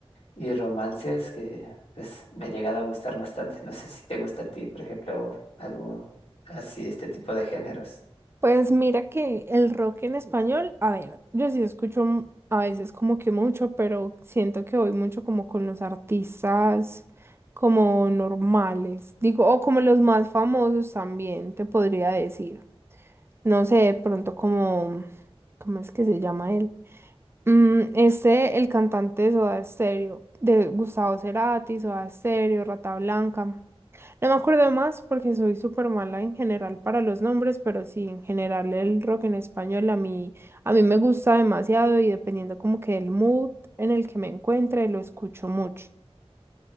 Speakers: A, on the left; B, on the right.
A: y romances que pues me he llegado a gustar bastante. No sé si te gusta a ti, por ejemplo, algo así, este tipo de géneros.
B: Pues mira que el rock en español, a ver, yo sí escucho m- a veces como que mucho, pero siento que voy mucho como con los artistas como normales, digo, o como los más famosos también, te podría decir. No sé, de pronto como, ¿cómo es que se llama él? Mm, este, el cantante de Soda Stereo, de Gustavo Cerati, Soda Stereo, Rata Blanca. No me acuerdo más porque soy súper mala en general para los nombres, pero sí, en general el rock en español a mí, a mí me gusta demasiado y dependiendo como que del mood en el que me encuentre, lo escucho mucho.